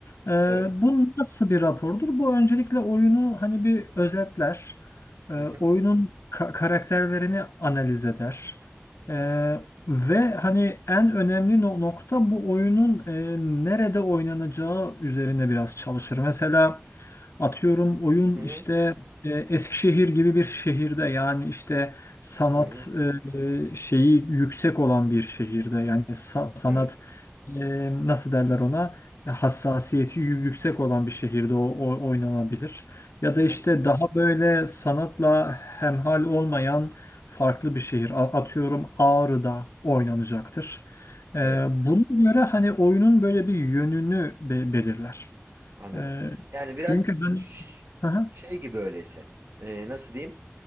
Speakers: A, on the left; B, on the right.
A: E,
B: Evet.
A: bu nasıl bir rapordur? Bu öncelikle oyunu hani bir özetler. E, oyunun
B: Hı hı.
A: ka- karakterlerini analiz eder. E, ve hani en önemli no- nokta bu oyunun e, nerede oynanacağı üzerine biraz çalışır. Mesela atıyorum oyun
B: Hı hı.
A: işte e, Eskişehir gibi bir şehirde yani işte sanat
B: Hı hı.
A: e, şeyi yüksek olan bir şehirde yani sa- sanat
B: Evet.
A: e, nasıl derler ona hassasiyeti yü- yüksek olan bir şehirde o, o- oynanabilir. Ya
B: Hı
A: da
B: hı.
A: işte daha böyle sanatla hemhal olmayan farklı bir şehir. A- Atıyorum Ağrı'da oynanacaktır. Ee,
B: Evet.
A: buna göre hani oyunun böyle bir yönünü be- belirler.
B: Anladım.
A: Ee,
B: Yani biraz
A: çünkü ben...
B: ş-
A: Hı hı,
B: şey gibi öyleyse. Ee, nasıl diyeyim?